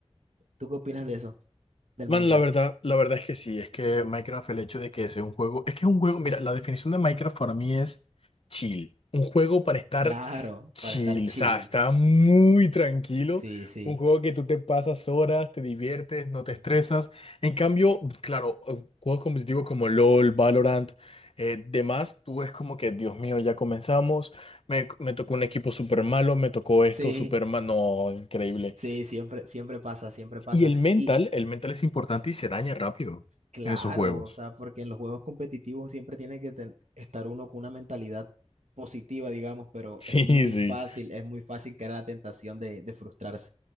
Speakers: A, on the right; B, on the left.
A: ¿Tú qué opinas de eso, del
B: Man,
A: Minecraft?
B: la verdad, la verdad es que sí, es que Minecraft, el hecho de que sea un juego, es que es un juego, mira, la definición de Minecraft para mí es chill, un juego para estar
A: Claro,
B: chill,
A: para estar chill.
B: o sea, está muy tranquilo,
A: Sí, sí,
B: un juego que tú te pasas horas, te diviertes, no te estresas, en cambio, claro, eh, juegos competitivos como LOL, Valorant, eh, demás, tú es como que, Dios mío, ya comenzamos, me, me tocó un equipo súper malo, me tocó esto
A: sí,
B: súper malo, no, increíble.
A: sí, siempre, siempre pasa, siempre pasa.
B: Y el mental,
A: Y
B: el mental es importante y se daña rápido
A: claro,
B: en esos juegos.
A: o sea,
B: <laughs>
A: porque en los juegos competitivos siempre tiene que ten- estar uno con una mentalidad positiva, digamos, pero
B: Sí,
A: es muy
B: sí,
A: fácil, es muy fácil caer en la tentación de, de frustrarse.